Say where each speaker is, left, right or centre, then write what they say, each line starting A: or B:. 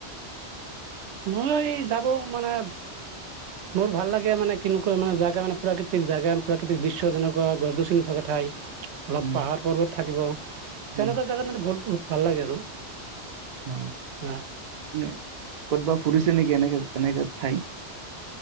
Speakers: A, on the right; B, on the right.
A: মই যাব মানে মোৰ ভাল লাগে মানে কেনেকুৱা মানে জেগা মানে প্ৰাকৃতিক জেগা প্ৰাকৃতিক দৃশ্য যেনেকুৱা গছ গছনি থকা ঠাই। অলপ
B: উম,
A: পাহাৰ পৰ্বত থাকিব তেনেকুৱা
B: উম,
A: জাগাত মানে ভৰপুৰ ভাল লাগে আৰু।
B: অ',
A: হা।
B: ক'ত বা ফুৰিছে নেকি এনেকে-এনেকে ঠাই?